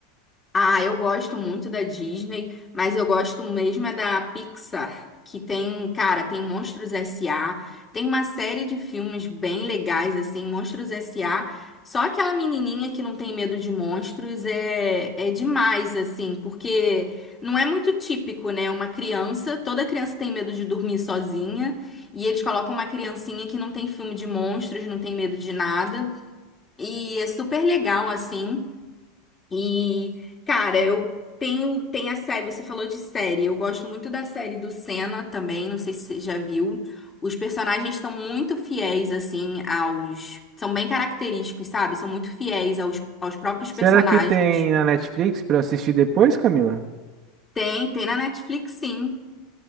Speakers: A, on the left (about 20°); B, on the right (about 40°).
A: Ah, eu gosto muito da Disney, mas eu gosto mesmo é da Pixar, que tem, cara, tem Monstros S.A., tem uma série de filmes bem legais, assim, Monstros S.A. Só aquela menininha que não tem medo de monstros é, é demais, assim, porque não é muito típico, né? Uma criança, toda criança tem medo de dormir sozinha, e eles colocam uma criancinha que não tem filme de monstros, não tem medo de nada, e é super legal, assim. E, cara, eu tenho, tem a série, você falou de série, eu gosto muito da série do Senna também, não sei se você já viu. Os personagens estão muito fiéis, assim, aos. São bem característicos, sabe? São muito fiéis aos, aos próprios
B: Será
A: personagens.
B: que tem na Netflix para eu assistir depois, Camila?
A: Tem, tem na Netflix, sim.